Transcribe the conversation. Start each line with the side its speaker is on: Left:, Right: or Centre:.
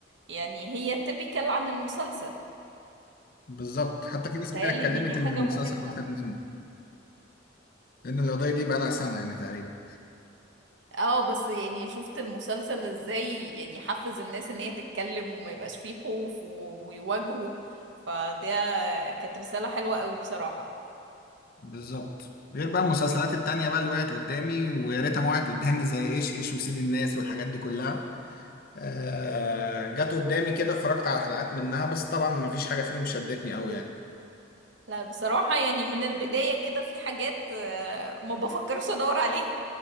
Right: يعني هي تبكل عن المسلسل
Left: بالظبط حتى في
Right: فمتهيألي
Left: ناس كتير اتكلمت
Right: ان دي حاجة
Left: ان المسلسل
Right: مهمة
Left: واخد منه لان القضية دي بقى لها سنة يعني تقريبا
Right: اه بس يعني شفت المسلسل ازاي يعني حفز الناس ان هي تتكلم وما يبقاش فيه خوف و- ويواجهوا فده كانت رسالة حلوة قوي بصراحة
Left: بالظبط غير بقى المسلسلات التانية بقى اللي وقعت قدامي ويا ريتها ما وقعت قدامي زي ايش ايش وسيد الناس والحاجات دي كلها آه جت قدامي كده اتفرجت على حلقات منها بس طبعا ما فيش حاجة فيهم شدتني قوي يعني
Right: لا بصراحة يعني من البداية كده في حاجات آه، ما بفكرش ادور عليها